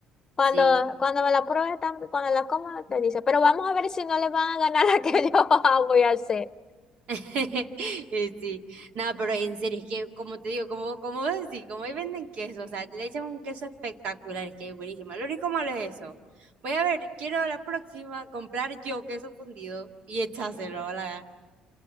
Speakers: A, on the left; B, on the right.
A: Cuando,
B: Sí.
A: cuando me la pruebe, tam- cuando la coma, te dice, pero vamos a ver si no le van a ganar la que <laughs> yo voy a hacer.
B: <laughs> Eh, Sí. Nada, pero en serio, es que como te digo, como, como vos decís, como ahí venden queso, o sea, le echan un queso espectacular, es que es buenísimo. Lo único malo es eso. Voy a ver, quiero la próxima comprar yo queso fundido y echárselo a la,